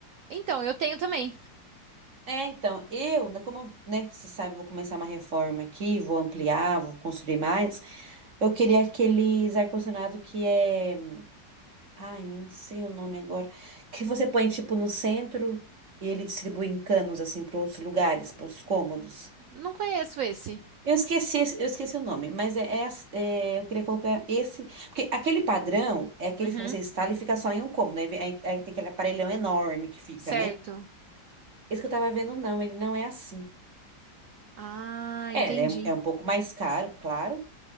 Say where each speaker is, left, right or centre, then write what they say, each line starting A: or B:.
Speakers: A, on the right; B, on the right.
A: então, eu tenho também.
B: É, então, eu, né, como, né, você sabe, eu vou começar uma reforma aqui, vou ampliar, vou construir mais. Eu queria aqueles ar-condicionado que é. Ai, não sei o nome agora. Que você põe, tipo, no centro e ele distribui em canos, assim, para outros lugares, para os cômodos.
A: Não conheço esse.
B: Eu esqueci, esse- eu esqueci o nome, mas é, é as- é, eu queria colocar esse. Porque aquele padrão é aqueles
A: Uhum,
B: que você instala e fica só em um cômodo, né? Aí, vem- aí aí tem aquele aparelhão enorme que fica,
A: certo.
B: né? Esse que eu tava vendo, não, ele não é assim.
A: Ah, entendi.
B: É, é, é um pouco mais caro, claro,